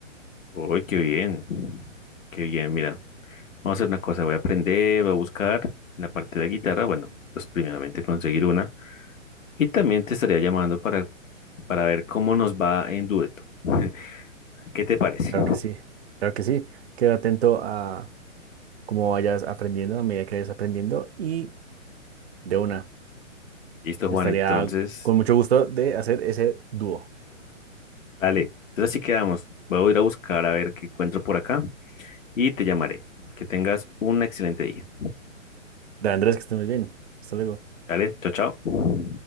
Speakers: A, on the left (about 75°); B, on the right (about 55°).
A: Uy, qué bien. Qué bien, mira. Vamos a hacer una cosa, voy a aprender, voy a buscar en la parte de la guitarra. Bueno, pues primeramente conseguir una. Y también te estaría llamando para, para ver cómo nos va en dueto. <laughs> ¿Qué te parece?
B: Claro que sí, claro que sí. Queda atento a como vayas aprendiendo a medida que vayas aprendiendo y de una,
A: Listo, Juan.
B: estaría
A: Entonces,
B: con mucho gusto de hacer ese dúo.
A: dale. Entonces así quedamos. Voy a ir a buscar a ver qué encuentro por acá y te llamaré. Que tengas un excelente día.
B: De Andrés, que estés muy bien. Hasta luego.
A: Dale, chao, chao.